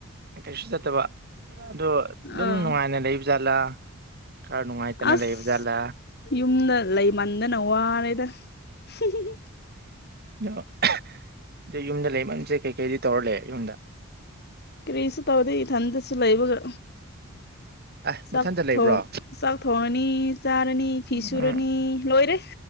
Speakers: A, on the right (about 45°); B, on the left (about 50°).
A: ꯀꯩꯁꯨ ꯆꯠꯇꯕ ꯑꯗꯣ ꯑꯗꯨꯝ
B: ꯑꯥ
A: ꯅꯨꯡꯉꯥꯏꯅ ꯂꯩꯕ ꯖꯥꯠꯂꯥ ꯈꯔ ꯅꯨꯡꯉꯥꯏꯇꯅ
B: ꯑꯁ
A: ꯂꯩꯕ ꯖꯥꯠꯂꯥ
B: ꯌꯨꯝꯗ ꯂꯩꯃꯟꯗꯅ ꯋꯥꯔꯦꯗ <unintelligible>
A: ꯑ ꯑꯗ ꯌꯨꯝꯗ ꯂꯩꯃꯟꯁꯦ ꯀꯩꯀꯩꯗꯤ ꯇꯧꯔ ꯂꯩꯦ ꯌꯨꯝꯗ
B: ꯀ꯭ꯔꯤꯁ ꯇꯥꯎꯗꯤ ꯊꯟꯁꯂ ꯏꯕꯒ
A: <unintelligible>
B: ꯆꯥꯛ
A: ꯂꯩꯕ꯭ꯔꯣ
B: ꯆꯥꯛ ꯊꯣꯡꯉꯅꯤ ꯆꯥꯔꯅꯤ ꯐꯤ
A: ꯎꯝ
B: ꯁꯨꯔꯅꯤ ꯂꯣꯏꯔꯦ